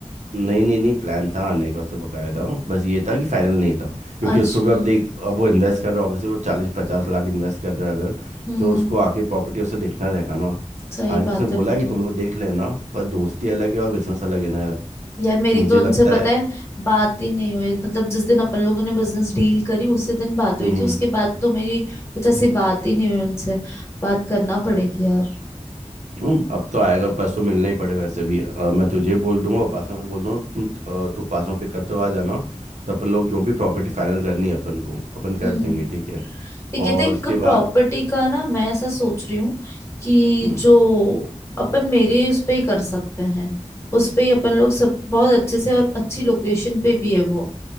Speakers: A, on the right (about 75°); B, on the left (about 20°).
A: नहीं नहीं नहीं प्लान था आने का उसका बकायदा बस ये था कि फाइनल नहीं था क्योंकि
B: अच्छा
A: उसको भी अब देख अब वो इन्वेस्ट कर रहा है वैसे वो चालीस पचास लाख इन्वेस्ट कर रहा है अगर
B: हम्म
A: तो उसको आके प्रॉपर्टी उसे देखना रहेगा ना
B: सही
A: हालांकि
B: बात
A: उसने
B: है
A: बोला
B: वो
A: है कि
B: तो
A: तुम लोग देख लेना पर दोस्ती अलग है और बिजनेस अलग है ना यार
B: यार मेरी
A: तो मुझे
B: तो उनसे
A: लगता
B: पता
A: है
B: है बात ही नहीं हुई मतलब जिस दिन अपन लोगों ने बिजनेस डील करी उसी दिन बात हुई
A: हम्म
B: थी उसके बाद तो मेरी कुछ ऐसी बात ही नहीं हुई उनसे बात करना पड़ेगी यार
A: हम्म, अब तो आएगा परसों मिलना ही पड़ेगा वैसे भी अ, मैं तुझे बोल दूंगा उपासना को बोल दूंगा तुम अ, तू उपासना को पिक करते हुए आ जाना तो अपन लोग जो भी प्रॉपर्टी फाइनल करनी है अपन को अपन कर
B: हम्म
A: देंगे
B: हम्म।
A: ठीक है
B: ये कहते
A: और
B: हैं, एक
A: उसके बाद
B: प्रॉपर्टी का ना मैं ऐसा सोच रही हूँ कि
A: हम्म
B: जो अपन मेरे उस पे ही कर सकते हैं उस पे ही अपन लोग सब बहुत अच्छे से और अच्छी लोकेशन पे भी है वो